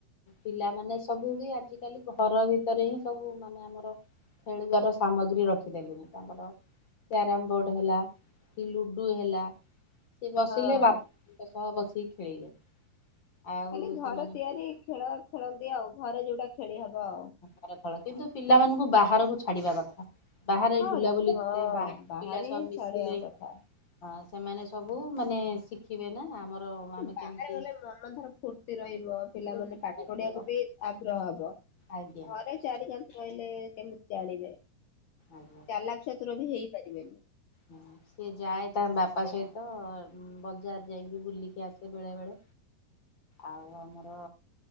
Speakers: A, on the left; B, on the left.
A: ପିଲାମାନେ ସବୁ ବି ଆଜିିକାଲି ଘର ଭିତରେ ହିଁ ସବୁ ମାନେ ଆମର ଖେଳିବାର ସାମଗ୍ରୀ ରଖି ଦେଲେଣି ତାଙ୍କର କ୍ୟାରମ ବୋର୍ଡ ହେଲା କି ଲୁଡୁ ହେଲା ସେ ବସିଲେ
B: ହଁ
A: ବାପା ମାଙ୍କ ସହ ବସିକି ଖେଳିଲେ। ଆଉ
B: ଖାଲି ଘର
A: ସେମାନଙ୍କୁ
B: ତିଆରି ଖେଳ ଖେଳନ୍ତି ଆଉ ଘରେ ଯୋଉଟା ଖେଳି ହବ ଆଉ।
A: ଘର ଖେଳ କିନ୍ତୁ ପିଲାମାନଙ୍କୁ ବାହାରକୁ ଛାଡିବା କଥା। ବାହାରେ
B: ହଁ
A: ବୁଲାବୁଲି
B: ହଁ
A: କଲେ ବାହାରେ ପିଲା ସହ ମିଶିଲେ
B: ଛାଡିବା କଥା।
A: ହଁ ସେମାନେ ସବୁ ମାନେ ଶିଖିବେ ନା ଆମର ଆମେ
B: ବାହାରେ
A: କେମିତି
B: ଗଲେ ମନ ଧର ଫୁର୍ତି ରହିବ ପିଲାମାନେ
A: ଲାଗିବ
B: ପାଠ ପଢିବାକୁ ବି ଆଗ୍ରହ ହବ।
A: ଆଜ୍ଞା
B: ଘରେ ଚାରି କାଁନ୍ଥେ ରହିଲେ କେମିତି ଜାଣିବେ।
A: ଆଜ୍ଞା
B: ଚାଲାକ୍ ଚତୁର ବି ହେଇପାରିବେନି।
A: ହୁଁ ସେ ଯାଏ ତା ବାପା ସହିତ ବଜାର ଯାଇଁକି ବୁଲିକି ଆସେ ବେଳେବେଳେ ଆଉ ଆମର